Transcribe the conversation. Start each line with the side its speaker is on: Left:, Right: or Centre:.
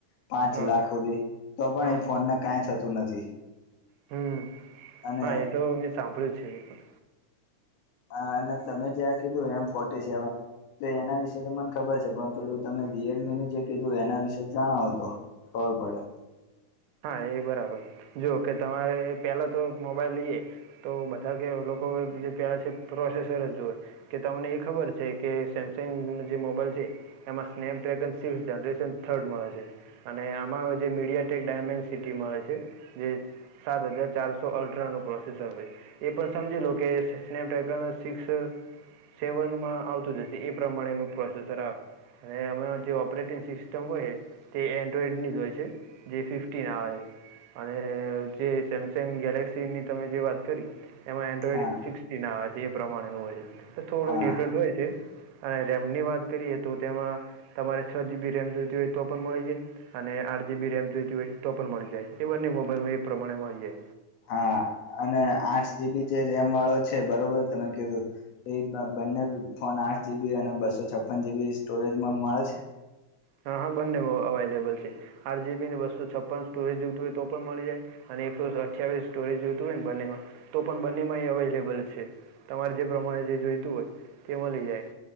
Left: પાંચ
Right: હા
Left: લાખ સુધી તો પણ
Right: હા
Left: એ
Right: હા
Left: ફોનને કાંઈ થતું નથી.
Right: હમ
Left: અને
Right: હા એ તો મે સાંભળ્યું છે એ પણ
Left: હા અને તમે જ્યાં કીધું એમ ફોટી સેવન તો એના વિશેે તો મને ખબર છે પરતુતમે રીએલમીનુંજે કીધું એના વિશે જણાવો તો. ખબરપડે
Right: હા એ બરાબર જો કે તમારે પેલા તો મોબાઈલ લઈએ તો બધા કે લોકોએ જે પહેલાં છે પ્રોસેસર જ જોઈએ. કે તમને એ ખબર છે કે સેમસંગ ન જે મોબાઈલ છે. એમાં સ્નેપડ્રેગન સિક્થ જનરેશન થર્ડ મળે છે અને આમાં જે મીડિયા ટેક ડાયમેન્ડ સિટી મળે છે જે સાત હજાર ચારસો અલ્ટ્રાનું પ્રોસેસર હોય છે. એ પણ સમજી લો કે સ્નેપડ્રેગન સિક્સ સેવનમાં આવતું જશે એ પ્રમાણેનું પ્રોસેસર આવશે. અને અમાં જે ઓપરેટિંગ સિસ્ટમ હોય છે તે એન્ડ્રોઈડની જ હોય છે. જે ફિફ્ટીન આવેછે અને જે સેમસંગ ગેલેક્સીની તમે જે વાત કરી. એમાં એન્ડ્રોઈડ
Left: હા
Right: સિકસટીનઆવે છે એ પ્રમાણેનું હોય છે તો થોડુંક
Left: હા
Right: ડિફરન્ટ હોય છે અને રેમની વાત કરીએ તો તેમાં તમારે છ જીબી રેમ જોતી હોય તો પણ મળી જાય અને આઠ જીબી રેમ જોયતી હોય તો પણ મળી જાય એ બંને મોબાઈલમાં એ પ્રમાણે મળી જાય
Left: હા અને આઠ જીબી જે રેમ વાળો છે બરોબર તમે કીધું એ બંને ફોન આઠ જીબી અને બસો છપ્પન જીબી સ્ટોરેજમાં મળે છે
Right: હા હા બંને અવાઈલેબલ છે આઠ જીબી ને બસો છપ્પન સ્ટોરેજ જોવતી હોય તો પણ મળી જાય અને એકસો અઠ્યાવીસ સ્ટોરેજ જોતું હોય ને બંનેમાં તો પણ બંને માં એ અવેલેબલ છે તમારે જે પ્રમાણે જે જોઈતું હોય તે મળી જાય